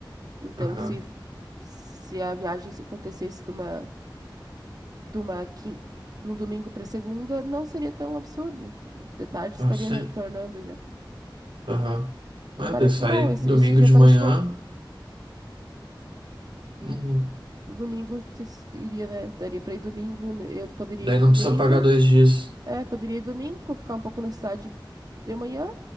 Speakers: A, on the right; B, on the right.
A: Então,
B: aham.
A: se, se a viagem se acontecesse de uma, de uma, quin- de um domingo para segunda, não seria tão absurdo. De tarde estaria
B: Ah, sim.
A: retornando já.
B: Aham. É,
A: Parece
B: daí sai
A: bom, esse,
B: domingo
A: esse dia
B: de
A: parece
B: manhã.
A: bom.
B: uhum.
A: No domingo se- se iria, né? Daria para ir domingo, né, eu poderia
B: Daí
A: ir no
B: não
A: domingo.
B: precisa pagar dois dias.
A: É, poderia ir domingo, ficar um pouco na cidade de manhã,